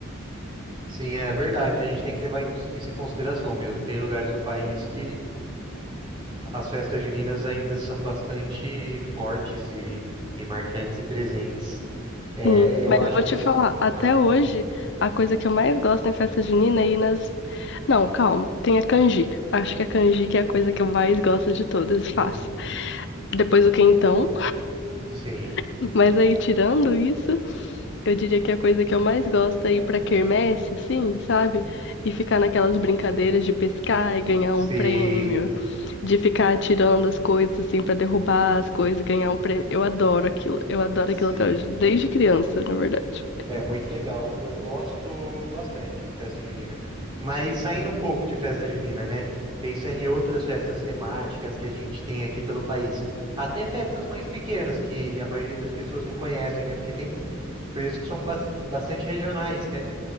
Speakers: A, on the right (about 25°); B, on the left (about 60°).
A: Sim, é verdade. A gente tem que levar em cons- isso em consideração mesmo. Tem lugares do país que as festas juninas ainda são bastante fortes e, e marcantes e presentes. É,
B: Sim,
A: eu
B: mas
A: acho
B: vou
A: que
B: te
A: isso.
B: falar, até
A: Ah,
B: hoje, a coisa que eu mais gosto em festa junina é ir nas. Não, calma, tem a canjica. Acho que a canjica é a coisa que eu mais gosto de todas, fácil.
A: uhum,
B: Depois o quentão,
A: sim,
B: <laughs> mas aí tirando isso, eu diria que a coisa que eu mais gosto é ir pra quermesse, assim, sabe? E ficar naquelas brincadeiras de pescar e ganhar
A: sim,
B: um prêmio, de ficar atirando as coisas, assim, pra derrubar as coisas e ganhar um prêmio. Eu adoro aquilo, eu adoro
A: sim.
B: aquilo até hoje, desde criança, na verdade.
A: É muito legal. Eu gosto bastante de festa junina. Mas saindo um pouco de festa junina, né? Pensando em outras festas temáticas que a gente tem aqui pelo país. Até festas mais pequenas, que a maioria das pessoas não conhecem, né? Porque tem coisas que são bas- bastante regionais, né?